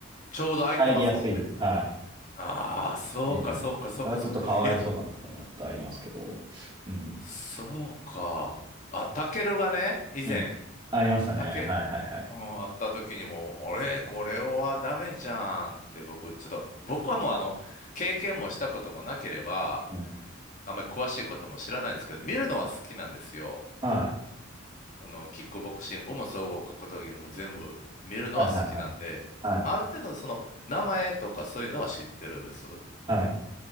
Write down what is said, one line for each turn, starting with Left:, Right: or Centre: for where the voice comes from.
Left: ちょうど空いてますもんね。
Right: 入りやすい。はい。
Left: ああ、そうかそうかそうかそうか。
Right: で、それはちょっとかわいそうだなと思ってありますけど、
Left: いや、
Right: うん。
Left: そうか。あ、タケルがね、以前、
Right: うん。ありましたね。
Left: タケ、
Right: はいはいはい。
Left: うん、あった時にも、俺、これはダメじゃんって僕、ちょっと、僕はもうあの、経験もしたこともなければ、
Right: うん。
Left: あんまり詳しいことも知らないんですけど、見るのは好きなんですよ。
Right: はい。
Left: あの、キックボクシングも総合格闘技も全部見るのは好きなんで、
Right: はいはいはい。はい。
Left: ある程度その名前とかそういうのは知ってるんです。
Right: はい。